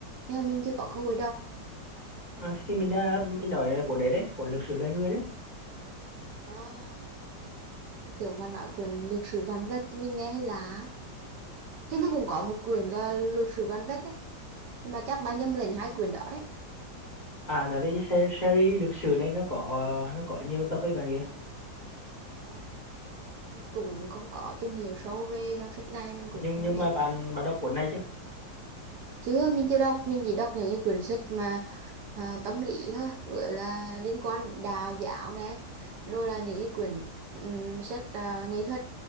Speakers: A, on the right (about 70°); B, on the left (about 25°).
A: Nhưng mà mình chưa có cơ hội đọc.
B: à, thì, thì mình đã mình nói là cuốn đấy đấy cuốn lịch sử loài người đấy
A: À, mình tưởng mà nói quyển lược sử vạn vật thì mình nghe hay là hình như cũng có một quyển gọi là lược sử vạn vật đấy. Mà chắc bạn nhầm lẫn hai quyển đó đấy.
B: à tại vì cái se- series lịch sử này nó có nó có nhiều tập ấy bạn kia
A: Ờ, Mình cũng không có tìm hiểu sâu về dòng sách này, mình cũng
B: nhưng
A: không
B: nhưng
A: biết.
B: mà bạn bạn đọc cuốn này chứ
A: chứ mình chưa đọc, mình chỉ đọc những cái quyển sách mà à, tâm lý thôi, gọi là liên quan đến đạo giáo nè, rồi là những cái quyển ừm, sách à, nghệ thuật